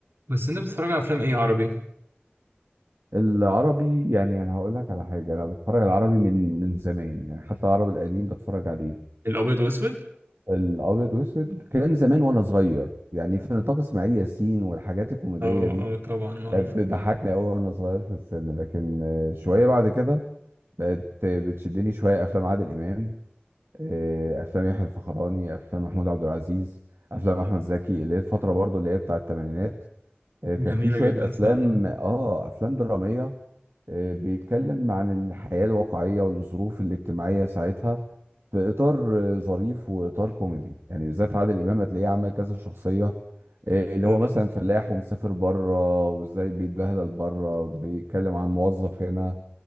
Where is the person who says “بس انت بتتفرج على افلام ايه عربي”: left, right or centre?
Right